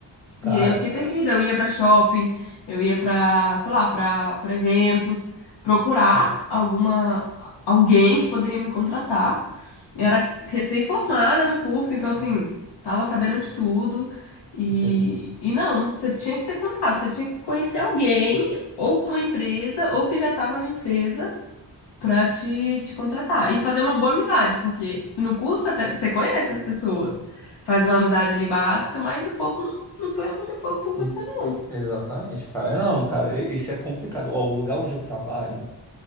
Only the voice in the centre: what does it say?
Cara,
assim,
hum,
exatamente, cara. Não, cara, i- isso é complicado. Ó, o lugar onde eu trabalho,